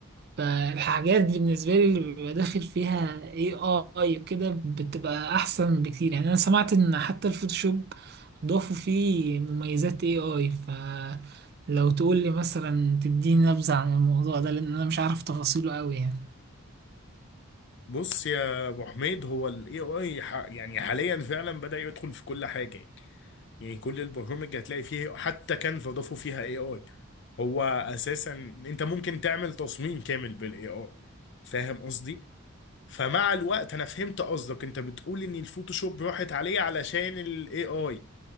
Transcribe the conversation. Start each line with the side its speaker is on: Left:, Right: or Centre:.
Right: فالحاجات دي بالنسبة لي اللي بيبقى داخل فيها AI وكده بتبقى أحسن بكتير يعني أنا سمعت إن حتى الفوتوشوب ضافوا فيه مميزات AI فلو تقول لي مثلا تديني نبذة عن الموضوع ده لأن أنا مش عارف تفاصيله أوي يعني
Left: بص يا ابو حميد هو الاي اي يعني حاليا فعلا بدأ يدخل في كل حاجه يعني يعني كل البرامج هتلاقي فيه حتى كانفا ضافوا فيها اي اي هو اساسا انت ممكن تعمل تصميم كامل بالاي اي فاهم قصدي فمع الوقت انا فهمت قصدك انت بتقول ان الفوتوشوب راحت عليه علشان الاي اي